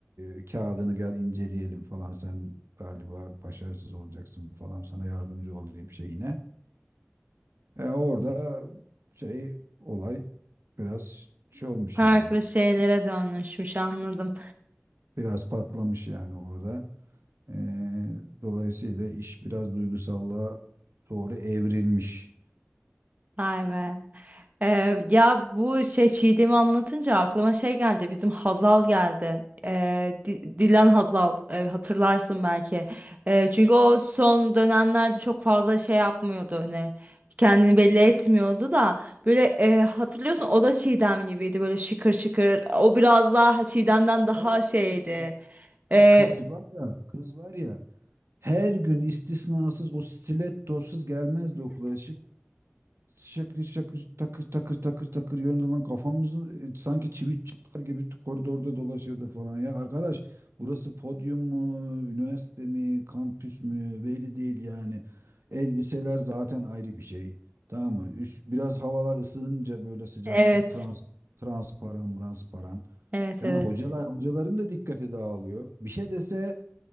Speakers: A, on the right; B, on the right.
A: e, kağıdını gel inceleyelim falan sen galiba başarısız olacaksın falan sana yardımcı olayım şeyine. E, orada şey olay biraz şey olmuş
B: Farklı
A: yani.
B: şeylere dönüşmüş anladım.
A: biraz patlamış yani orada. Ee, dolayısıyla iş biraz duygusallığa doğru evrilmiş.
B: Vay be. Ee, ya bu şey Çiğdem'i anlatınca aklıma şey geldi bizim Hazal geldi Ee, Di- Dilan Hazal e, hatırlarsın belki Ee, çünkü o son dönemlerde çok fazla şey yapmıyordu hani kendini belli etmiyordu da böyle e, hatırlıyorsun o da Çiğdem gibiydi böyle şıkır şıkır o biraz daha Çiğdem'den daha
A: Evet
B: şeydi
A: evet ya. Ha,
B: Ee,
A: kız var ya, kız var ya. Her gün istisnasız o stilettosuz gelmezdi okula. şakır şakır takır takır takır takır yönünden kafamızın e, sanki çivi çakar gibi koridorda dolaşırdı falan ya. Arkadaş burası podyum mu, üniversite mi, kampüs mü belli değil yani. Elbiseler zaten ayrı bir şey. Tamam mı? Üst, biraz havalar ısınınca böyle sıcakta
B: <laughs> evet
A: trans, transparan transparan.
B: evet
A: Yani
B: evet
A: hocalar hocaların da dikkati dağılıyor. Bir şey dese